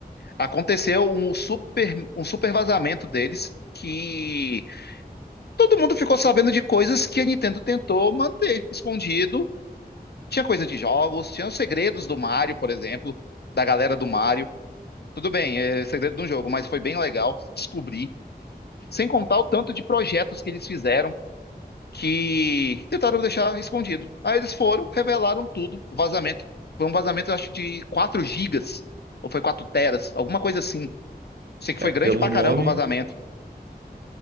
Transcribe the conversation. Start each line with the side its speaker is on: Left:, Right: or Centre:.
Left: Aconteceu um super, um super vazamento deles que todo mundo ficou sabendo de coisas que a Nintendo tentou manter escondido. Tinha coisa de jogos, tinha os segredos do Mario, por exemplo, da galera do Mario. Tudo bem, é segredo de um jogo, mas foi bem legal descobrir. Sem contar o tanto de projetos que eles fizeram que tentaram deixar escondido. Aí eles foram, revelaram tudo. O vazamento foi um vazamento, eu acho, de 4 gigas, ou foi 4 teras, alguma coisa assim. Sei que
Right: É,
Left: foi grande
Right: pelo
Left: pra caramba
Right: nome.
Left: o vazamento.